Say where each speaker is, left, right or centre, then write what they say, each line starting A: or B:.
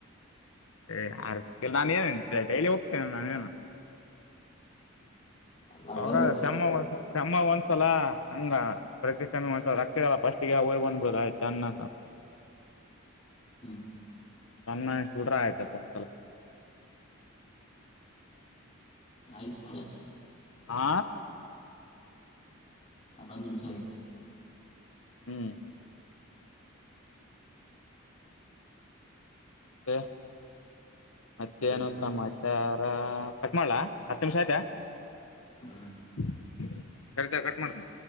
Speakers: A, on the left (about 75°); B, on the left (about 30°).
A: <unintelligible> ಇಲ್ಲ ನಾನು ಏನು ಡೈಲಿ ಹೋಗ್ತೇನೆ ನಾನೇನು
B: ಅಲ್ಲ
A: ಯಾವಾಗ
B: ಅವಾಗೆಲ್ಲ ಗೊತ್ತಿದ್ದು
A: ಶಮ್ಮ ಒಸಮ್ಮ ಒಂದಸ ಒಂದ್ಸಲ ಹಂಗ ಪ್ರತಿ ಸಯಿ ಒಂದ್ಸಲ ರಕ್ತಿರಲ್ಲ ಫಸ್ಟ ಹೋಗ್ ಬಂದ್ಬ ಬಿಡು ಆಯ್ತು ಅನ್ನ
B: ಹ್ಮ್ <inaudible>
A: ಬಣ ಹಡ್ರ ಆಯ್ತಪ್ಪ ಒಂದ್ಸಲ
B: ಆಯ್ತ
A: ಆ
B: ಅನ್ನ ಉಸ <inaudible>
A: ಹ್ಮ್ ಹ ಮತ್ತೇನು
B: ಕಟ್ ಮಾಡು
A: ಸಮಾಚಾರ ಕಟ್ ಮಾಡ್ಲಾ ಹತ್ತು ನಿಮಿಷ ಆಯ್ತಾ
B: ಹ್ಮ್
A: <inaudible> ಕಟ್ ಮಾಡನ